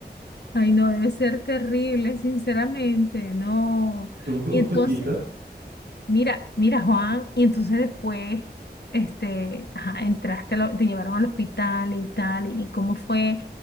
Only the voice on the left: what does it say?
Ay, no, debe ser terrible, sinceramente, no.
Y
entonces,
mira, mira, Juan, y entonces después, este, ajá, entraste, al ho- te llevaron al hospital y tal, y cómo fue,